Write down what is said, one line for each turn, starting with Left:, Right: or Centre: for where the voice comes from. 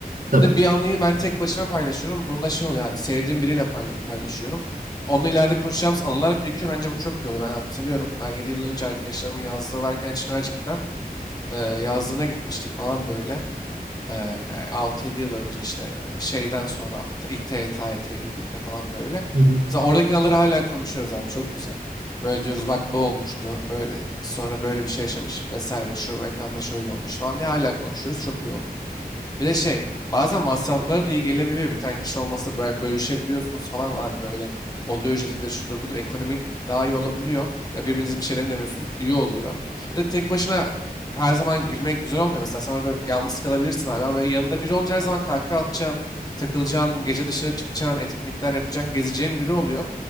Right: Tabii.
Left: de bir anıyı ben tek başıma paylaşıyorum. Bunda şey oluyor abi sevdiğim biriyle pay- paylaşıyorum. Onunla ileride konuşacağımız anılar birikiyor. Bence bu çok iyi oldu. Ben hatırlıyorum. Ben 7 yıl önce arkadaşlarımın yazlığı varken Çınarcık'ta e, yazlığına gitmiştik falan böyle. E, e, 6 yıl önce işte e, şeyden sonra te- ilk TYT, AYT'ye girdiğimde falan böyle.
Right: Hı hı
Left: Mesela oradaki anıları hala konuşuyoruz abi çok güzel. Böyle diyoruz bak bu olmuştu. Böyle sonra böyle bir şey yaşamıştık vesaire. Şu mekanda şöyle olmuş falan diye hala konuşuyoruz. Çok iyi oluyor. Bir de şey bazen masrafları da iyi gelebiliyor. Bir tane kişi olması böyle bölüşebiliyorsunuz falan abi böyle. Oda ücretidir şudur budur ekonomik daha iyi olabiliyor. Ya Birbirinizin bir şeylerini deniyorsunuz iyi oluyor. Bir de tek başına e, her zaman gülmek güzel olmuyor. Mesela sen orada yalnız kalabilirsin abi ama yanında biri olunca her zaman kahkaha atacaksın, takılacaksın, gece dışarı çıkacaksın, etkinlikler yapacaksın, gezeceğin biri oluyor.